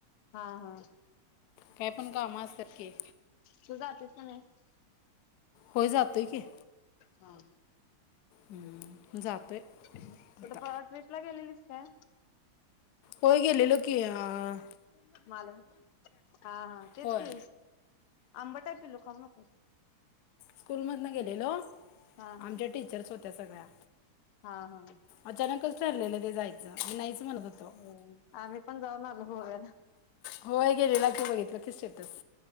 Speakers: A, on the left (about 80°); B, on the left (about 65°).
A: हा हा,
B: काय पण काम असत्यात की,
A: तू जातीस का नाहीस.
B: होय जातोय की,
A: हा,
B: हम्म जातोय.
A: कुठ? परवा
B: आता
A: ट्रीपला गेलेलीस. काय?
B: होय गेलेलो की, अअ
A: माला हा हा तेच
B: होय
A: ते आंबट हाईत. पिल्लु खाऊ नकोस.
B: स्कूलमधन गेलेलो आमच्या
A: हा हा
B: टीचर्स होत त्या सगळ्या,
A: हा हा,
B: अचानकच ठरलेलं ते जायचं. नाहीच. म्हणत होतो
A: ह आम्ही पण जाऊन आलो. गोव्याला
B: होय गेलेला, की बघितलं की स्टेटस